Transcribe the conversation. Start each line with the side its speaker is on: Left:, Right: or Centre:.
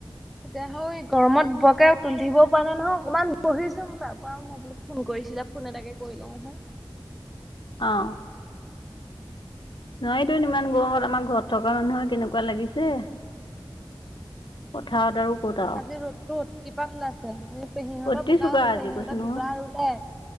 Centre: এতিয়া হ গৰমত বৰকে তুলি থাকিবও পৰা নাই নহয় অকণমান বহিছো মই তাৰ পৰা মই বুলো ফোন কৰি কৰিছিলা ফোন এটাকে কৰি লওঁ হা।
Left: অ নহয়তো ইমান গৰত আমাৰ ঘৰত থকা মানুহে কেনেকুৱা লাগিছে। পথাৰত আৰু ক'ত আৰু।
Centre: আজি ৰ'দটো <unintelligible> কপা ওলাইছে সিহঁতৰ
Left: অতি
Centre: বোকা
Left: চোকা
Centre: উঠ দিছে
Left: আজি
Centre: সিহঁতৰ
Left: কৈছো নহয়
Centre: দুবাৰ ৰুলে।